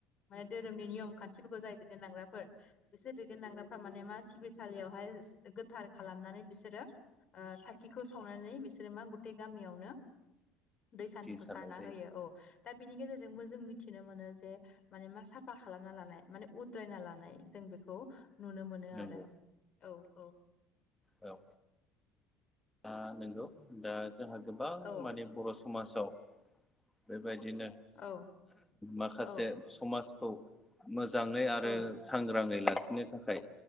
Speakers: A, on the left; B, in the centre.
A: माने धोरोमनि नियम खान्थिफोरखौ जाय दैदेनलांग्राफोर बिसोर दैदेनलांग्राफोरा माने मा सिबिसालियावहाय गोथार खालामनानै बिसोरो ओ साखिखौ सावनानै बिसोरो मा गुतै गामियावनो दै सान्थि
B: सारनाय जायो
A: औ दा बिनि गेजेरजोंबो जों मिथिनो मोनो जे माने मा साफा खालामना लानाय माने उद्रायना लानाय जों बेखौ नुनो मोनो
B: नंगौ
A: आरो औ-औ।
B: औ। ओ नंगौ दा जोंहा गोबां
A: औ
B: माने बर' समाजाव बेबायदिनो
A: औ
B: माखासे
A: औ
B: समाजखौ मोजाङै आरो
A: औ
B: सांग्राङै लाखिनो थाखाय